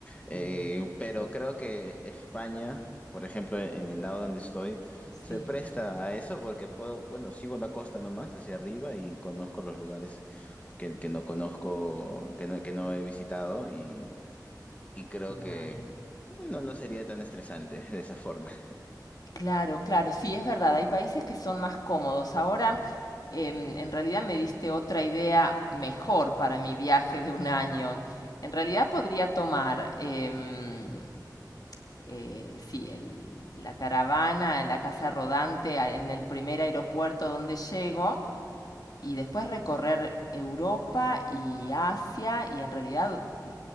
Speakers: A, on the left; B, on the left.
A: eh,
B: sí,
A: pero creo que España, por ejemplo, e, en el lado donde estoy,
B: sí,
A: se presta a eso porque puedo, bueno, sigo la costa nomás hacia arriba y conozco los lugares que, que no conozco, que no, que no he visitado y, y creo
B: claro.
A: que no, no sería tan estresante <laughs> de esa forma.
B: Claro, claro, sí, es verdad, hay países que son más cómodos. Ahora, em, en realidad me diste otra idea mejor para mi viaje de un año. En realidad podría tomar, em, eh, sí, el- la caravana, la casa rodante a- en el primer aeropuerto donde llego y después recorrer Europa y Asia y en realidad mm,